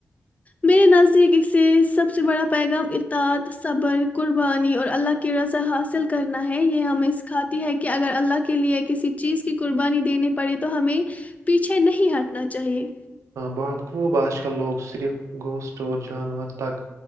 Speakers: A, on the left; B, on the right.
A: میرے نزدیک سے سب سے بڑا پیغام اتاد صبر قربانی اور اللہ کی رضا حاصل کرنا ہے یہ ہمیں سکھاتی ہے کہ اگر اللہ کے لیے کسی چیز کی قربانی دیی پڑے تو ہمیں پیچھے نہیں ہٹنا چاہیے
B: بہت خوب آج کل لوگ صرف گوشت اور جانور تک